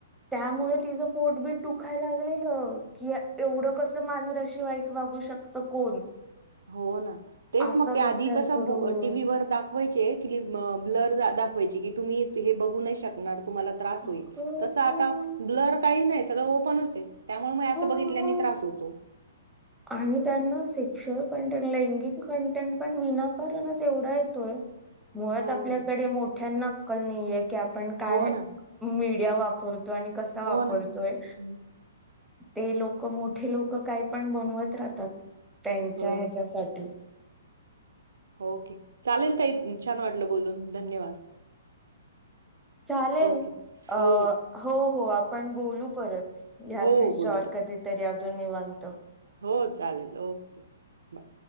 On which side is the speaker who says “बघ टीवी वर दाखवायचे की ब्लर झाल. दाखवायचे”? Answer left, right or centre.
Right